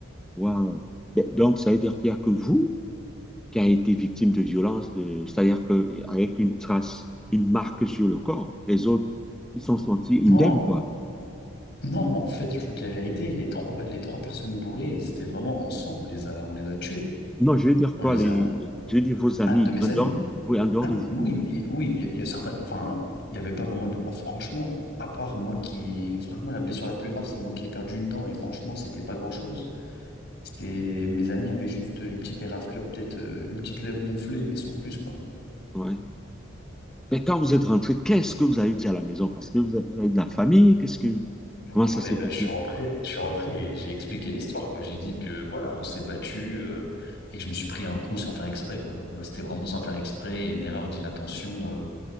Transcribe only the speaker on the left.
Non,
Non, en fait, je vous dis la vérité, les trois, les trois personnes bourrées, ils étaient vraiment en sang. On les a, on les a tués.
On
les
a.
Ah, de mes
amis.
Ah,
oui, mais- oui, il y, a il y a certains. Enfin, il n'y avait pas vraiment. De... en- franchement, à part moi qui. Franchement, la blessure la plus grave, c'est moi qui ai perdu une dent. Et franchement, c'était pas grand-chose. C'était... Mes amis avaient juste une petite éraflure, peut-être euh, une petite lèvre gonflée, mais sans plus, quoi.
Ouais,
ben,
je suis rentré, je suis rentré et j'ai expliqué l'histoire, quoi. J'ai dit que voilà, on s'est battu euh, et que je me suis pris un coup sans faire exprès, quoi. Moi, C'était vraiment sans faire exprès, et une erreur d'inattention, euh,